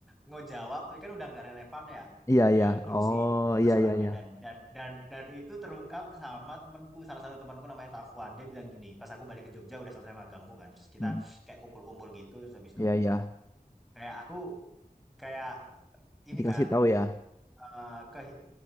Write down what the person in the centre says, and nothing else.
ngejawab tapi kan udah nggak relevan ya
nah
gitu
sih ini
masalahnya
dan dan dan dan itu terungkap sama temanku salah satu temanku namanya Tafuan dia bilang gini pas aku balik ke Jogja udah selesai magangku kan terus kita
kayak kumpul-kumpul gitu terus habis itu
kayak aku kayak ini
kan
eh, ke-